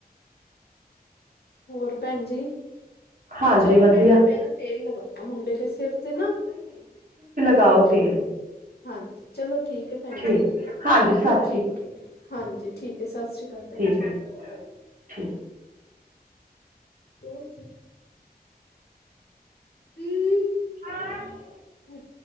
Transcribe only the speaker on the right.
ਹਾਂਜੀ
ਵਧੀਆ
ਸਾਓ ਤੇਲ
ਠੀਕ
ਹਾਂਜੀ ਸਤ
ਠੀਕ
ਹੈ ਠੀਕ
<unintelligible>